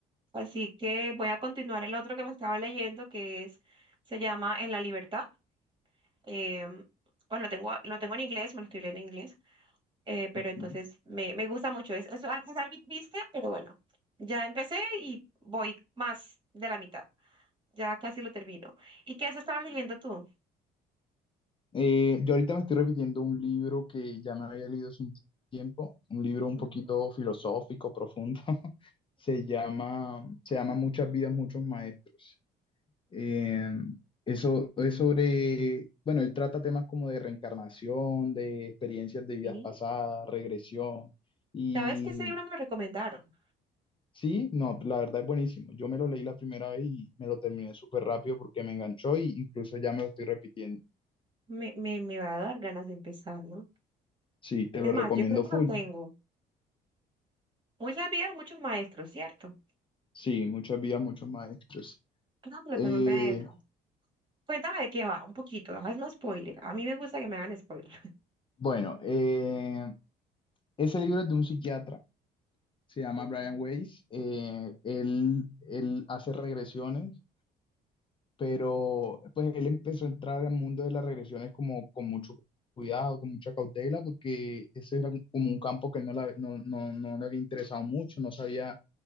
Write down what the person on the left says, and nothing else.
Ujú.
Eh, yo ahorita me estoy repitiendo un libro que ya me había leído hace un tiempo, un libro un
poquito filosófico, profundo. <laughs> Se llama, se llama Muchas vidas, muchos maestros. Eh, eso es sobre, bueno, él trata temas como de reencarnación, de experiencias de vidas
pasadas, regresión. y
Sí, no, la verdad es buenísimo. Yo me lo leí la primera vez y me lo terminé súper rápido porque me enganchó y incluso ya me lo estoy repitiendo.
Sí, te
lo
recomiendo
full.
Sí, muchas vidas, muchos maestros.
Eh,
bueno, eh, ese libro es de un psiquiatra, se llama
Brian Weiss. Eh, él, él hace regresiones pero pues él empezó a entrar al mundo de las regresiones como con mucho cuidado, con mucha cautela, porque ese era como un campo que él no, la- no, no, no le había interesado mucho, no sabía,